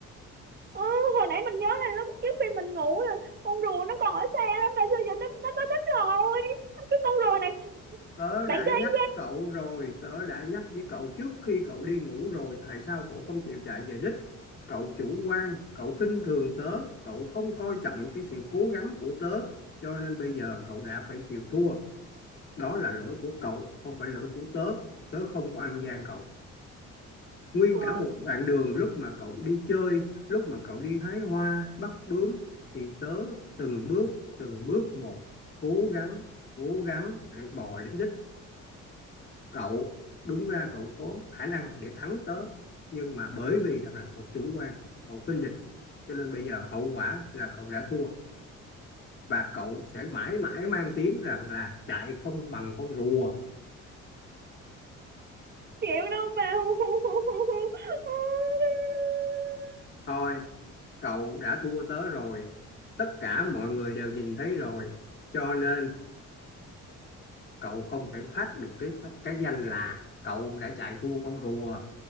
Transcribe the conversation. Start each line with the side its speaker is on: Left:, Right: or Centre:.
Right: ừ hồi nãy mình nhớ là lúc trước khi mình ngủ là con rùa nó còn ở xe lắm tại sao giờ nó, nó tới đích rồi cái con rùa này
Left: Tớ đã
Right: bạn cho
Left: nhắc
Right: ăn
Left: cậu rồi, tớ đã nhắc với cậu trước khi cậu đi ngủ rồi, tại sao cậu không chịu chạy về đích? Cậu chủ quan, cậu khinh thường tớ, cậu không coi trọng cái sự cố gắng của tớ, cho nên bây giờ cậu đã phải chịu thua. Đó là lỗi của cậu, không phải lỗi của tớ. Tớ không có ăn gian cậu. Nguyên
Right: ừ.
Left: cả một đoạn đường lúc mà cậu đi chơi, lúc mà cậu đi hái hoa, bắt bướm, thì tớ từng bước, từng bước một, cố gắng, cố gắng để bò đến đích cậu đúng ra cậu có khả năng để thắng tớ nhưng mà bởi vì rằng là cậu chủ quan cậu khinh địch cho nên bây giờ hậu quả là cậu đã thua và cậu sẽ mãi mãi mang tiếng rằng là chạy không bằng con rùa
Right: chịu đâu mà <laughs>
Left: thôi cậu đã thua tớ rồi tất cả mọi người đều nhìn thấy rồi cho nên cậu không thể thoát được cái cái danh là cậu đã chạy thua con rùa